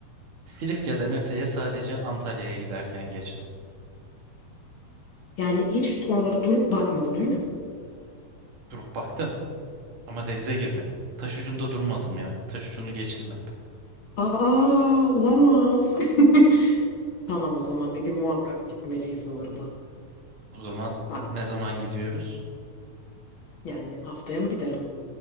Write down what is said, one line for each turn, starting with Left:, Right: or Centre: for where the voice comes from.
Right: Silifke'den öteye sadece Antalya'ya giderken geçtim.
Left: Yani hiç oralara durup bakmadın öyle mi?
Right: Durup baktım ama denize girmedim. Taş ucunda durmadım ya. Taş ucunu geçtim hep.
Left: Aa, olamaz. <laughs> Tamam o zaman bir gün muhakkak gitmeliyiz bu arada.
Right: O zaman
Left: Bak
Right: ne zaman gidiyoruz?
Left: yani haftaya mı gidelim?